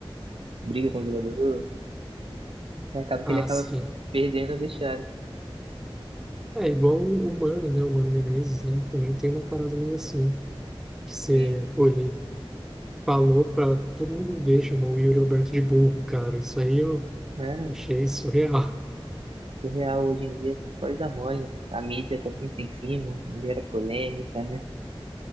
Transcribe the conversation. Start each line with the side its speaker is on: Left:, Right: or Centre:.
Right: briga com o jogador, Aí acaba
Centre: Ah,
Right: que ele acaba
Centre: sim.
Right: perdendo o vestiário.
Centre: É igual o o Mano, né? O Mano Menezes, né? Também tem uma parada meio assim, que você,
Right: Tem,
Centre: pô, ele falou pra todo mundo ver, chamou o Yuri Alberto de burro, cara. Isso aí eu
Right: né?
Centre: achei surreal.
Right: surreal hoje em dia, você não pode dar mole. A mídia tá sempre em cima, gera polêmica, né?